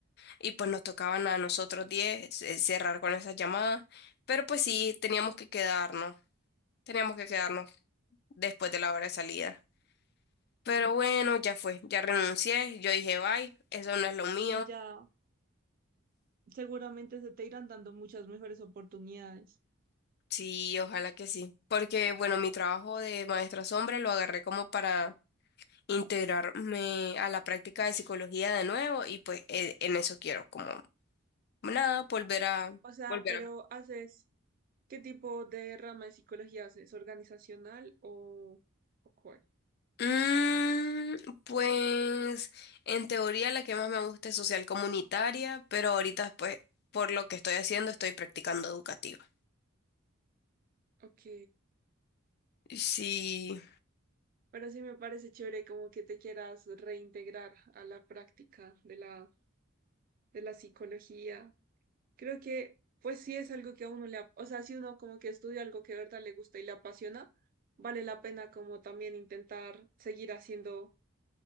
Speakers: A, on the left; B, on the right.
A: y pues nos tocaban a nosotros 10 eh, cerrar con esas llamadas, pero pues sí, teníamos que quedarnos, teníamos que quedarnos después de la hora de salida. Pero bueno, ya fue, ya renuncié, yo dije, bye, eso no es lo mío,
B: Y ya seguramente se te irán dando muchas mejores oportunidades.
A: Sí, ojalá que sí. Porque, bueno, mi trabajo de maestra sombra lo agarré como para integrarme a la práctica de psicología de nuevo y pues e- en eso quiero, como nada, volver a...
B: O sea,
A: Volver
B: pero
A: a...
B: haces, ¿qué tipo de rama de psicología haces? ¿Organizacional o, o cuál?
A: Mm, pues en teoría la que más me gusta es social comunitaria, pero ahorita pues por lo que estoy haciendo estoy practicando educativa.
B: Ok.
A: Sí,
B: Pero sí me parece chévere como que te quieras reintegrar a la práctica de la, de la psicología. Creo que, pues sí es algo que a uno le, ap- o sea, si uno como que estudia algo que de verdad le gusta y le apasiona, vale la pena como también intentar seguir haciendo,